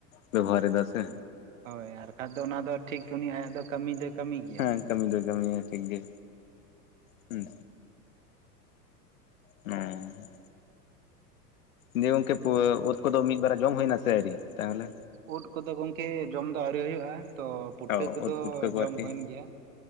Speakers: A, on the left (about 55°); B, on the right (about 50°).
A: ᱵᱮᱵᱚᱦᱟᱨ ᱮᱫᱟ ᱥᱮ
B: ᱦᱳᱭ ᱟᱨ ᱠᱷᱟᱡ ᱫᱚ ᱚᱱᱟ ᱫᱚ ᱴᱷᱤᱠ ᱩᱱᱤ ᱟᱭᱟᱜ ᱫᱚ ᱠᱟᱹᱢᱤ ᱫᱚᱭ ᱠᱟᱹᱢᱤ ᱜᱮᱭᱟ
A: ᱦᱮᱸ ᱠᱟᱹᱢᱤ ᱫᱚᱭ ᱠᱟᱹᱢᱤᱭᱟ ᱴᱷᱤᱠ ᱜᱮ ᱦᱩᱸ ᱦᱩᱸ ᱫᱤᱭᱮ ᱜᱚᱝᱠᱮ ᱳᱜ ᱠᱚᱫᱚ ᱢᱤᱫ ᱵᱟᱨ ᱡᱚᱢ ᱦᱩᱭᱱᱟ ᱥᱮ ᱟᱣᱨᱤ ᱛᱟᱦᱚᱞᱮ
B: ᱩᱫ ᱠᱚᱫᱚ ᱜᱚᱢᱠᱮ ᱡᱚᱢ ᱫᱚ ᱟᱣᱨᱤ ᱦᱩᱭᱩᱜᱼᱟ ᱛᱚ ᱯᱩᱴᱠᱟᱹ
A: ᱚ
B: ᱠᱚᱫᱚ
A: ᱳᱫ ᱯᱩᱴᱠᱟᱹ ᱠᱚ
B: ᱡᱚᱢ
A: ᱟᱨᱠᱤ
B: ᱦᱩᱭᱮᱱ ᱜᱮᱭᱟ